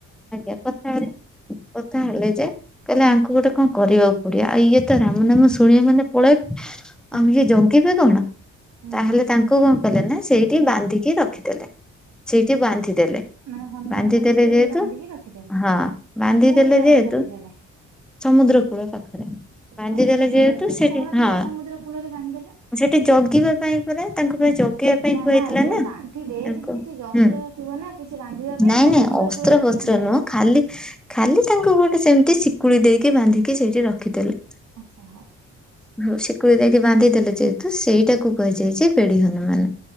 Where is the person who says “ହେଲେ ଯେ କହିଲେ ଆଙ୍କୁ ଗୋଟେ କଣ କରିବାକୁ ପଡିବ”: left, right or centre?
Centre